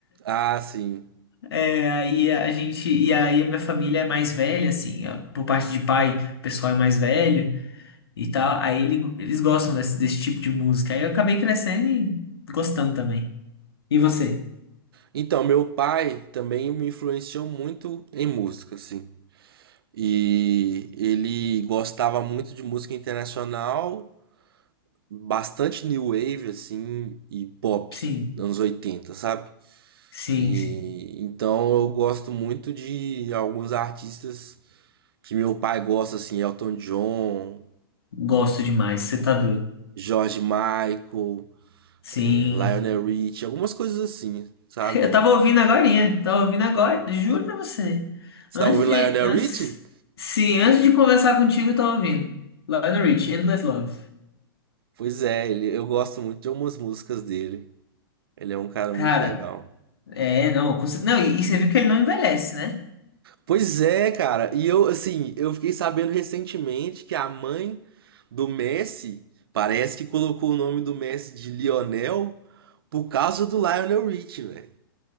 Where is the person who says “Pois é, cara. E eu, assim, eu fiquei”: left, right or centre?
Right